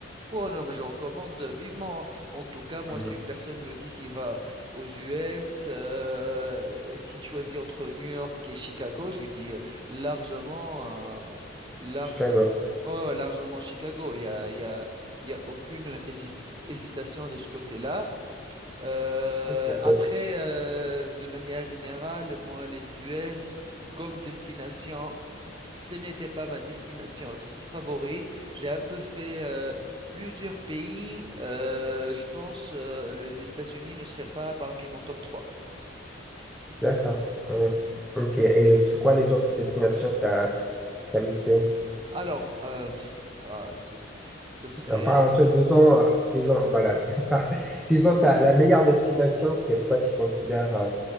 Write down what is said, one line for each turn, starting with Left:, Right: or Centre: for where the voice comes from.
Right: Oh non, mais je recommande vivement. hein. En tout cas, moi,
Centre: Mhm.
Right: si une personne me dit qu'il va aux US, euh, et s'il choisit entre New York et Chicago, je lui dis euh, largement, euh, large,
Centre: Chicago.
Right: oh, largement Chicago. Il y a, il y a, il y a aucune hési- hésitation de ce côté-là. Euh,
Centre: Ah, c'est
Right: après,
Centre: cool.
Right: euh, de manière générale, moi, les US comme destination, ce n'était pas ma destination s- favorite. J'ai un peu fait euh, plusieurs pays. Euh, je pense euh, le- les États-Unis ne seraient pas parmi mon top 3.
Centre: D'accord. Hum. Ok. Et c'est quoi les autres destinations que tu as, visitées?
Right: Alors, euh, pff, ah, ce, ce serait,
Centre: Enfin, tu- disons, euh, disons, voilà, <laughs> par- disons t'as la meilleure destination que toi tu considères euh,